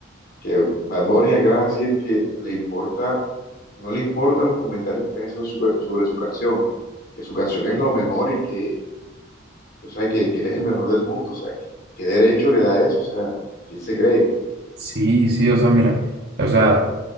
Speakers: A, on the left; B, on the right.
A: que Bad Bunny acaba de decir que le importa no le importan los comentarios que están haciendo sobre, sobre su canción, que su canción es lo mejor y que, que, o sea, que, que él es el mejor del mundo, o sea, que, ¿qué derecho le da eso? O sea, ¿quién se cree?
B: Sí, sí, o sea, mira, o sea,